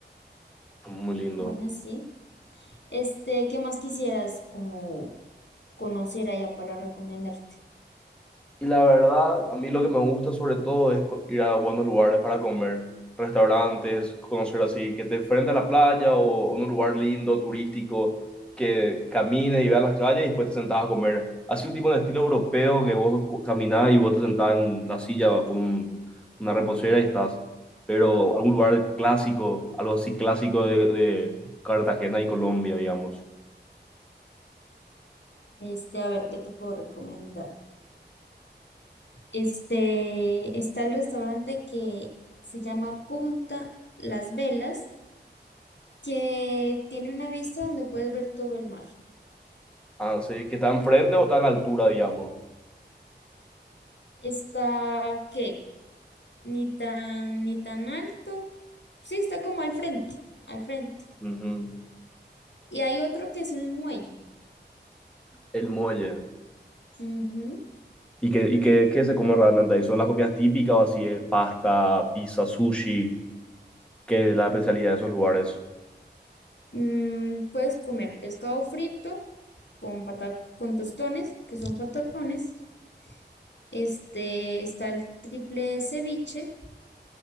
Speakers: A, in the centre; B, on the left.
A: Muy lindo.
B: Bueno, sí. Este, ¿qué más quisieras como conocer allá para recomendarte?
A: Y la verdad, a mí lo que me gusta sobre todo es co- ir a buenos lugares para comer, restaurantes, conocer así, que esté frente a la playa o en un lugar lindo, turístico, que camine y vea las calles y después te sentás a comer. Así un tipo de estilo europeo que vos cu- caminás y vos te sentás en la silla con un- una reposera y estás. Pero algún lugar clásico, algo así clásico de, de Cartagena y Colombia, digamos.
B: Este, a ver, ¿qué te puedo recomendar? Este, está el restaurante que se llama Punta Las Velas, que tiene una vista donde puedes ver todo el mar.
A: ah sí que está enfrente o está a la altura, digamos.
B: Está, ¿qué? Ni tan, ni tan alto. Sí, está como al frente, al frente.
A: Ujú.
B: Y hay otro que es un muelle.
A: El muelle.
B: Ujú.
A: ¿Y qué, y qué, qué se come realmente ahí? ¿Son las comidas típicas o así es pasta, pizza, sushi? ¿Qué es la especialidad de esos lugares?
B: Mm, puedes comer pescado frito con, pata- con tostones, que son patacones. Este, está el triple ceviche,